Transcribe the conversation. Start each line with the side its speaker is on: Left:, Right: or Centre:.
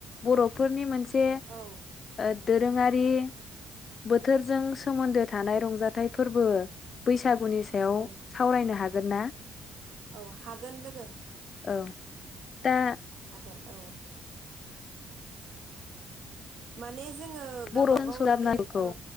Left: बर'फोरनि मोनस से
Right: औ
Left: ओ दोरोङारि बोथोरजों सोमोन्दो थानाय रंजाथाइ फोरबो बैसाग बैसागुनि सायाव
Right: औ
Left: नायनो हागोन ना?
Right: औ हागोन लोगो।
Left: औ दा
Right: हागोन औ। माने जोङो
Left: बर'जों
Right: गावबागाव
Left: सरजाबनांगौखौ
Right: एरे औ